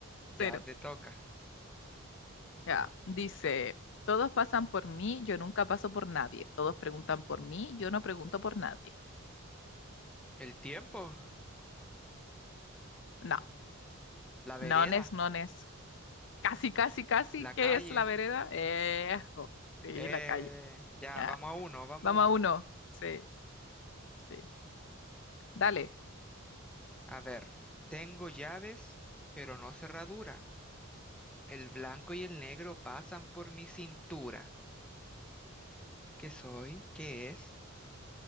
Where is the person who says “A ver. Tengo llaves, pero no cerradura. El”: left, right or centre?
Centre